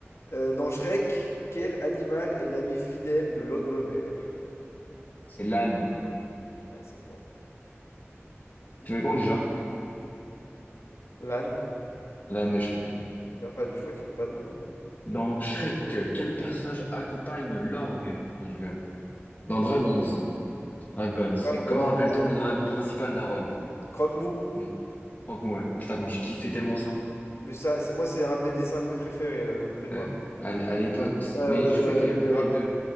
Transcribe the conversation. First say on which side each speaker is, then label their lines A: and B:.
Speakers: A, on the left; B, on the left.
A: Euh, dans Shrek, quel animal est l'ami fidèle de l'ogre vert?
B: C'est l'âne.
A: Ouais, c'est fort.
B: Tu veux comment déjà?
A: L'âne.
B: L'âne de Shrek. hein.
A: Il a pas, je crois qu'il a pas de nom. hein.
B: Dans Shrek, quel personnage accompagne l'orgue? Non, je rigole. Dans Dragons, Dragons,
A: Croque-
B: comment
A: oh,
B: appelle-t-on le dragon principal d'Harold?
A: Croque-mou.
B: Oui, crois-moi, ouais. Putain, comment je kiffais tellement ça.
A: Mais ça, c'est moi, c'est un de mes dessins animés préférés, euh, DreamWorks.
B: Ouais. À, l- à l'époque.
A: Euh,
B: Mais
A: euh,
B: je crois que j'ai même pas vu les deux.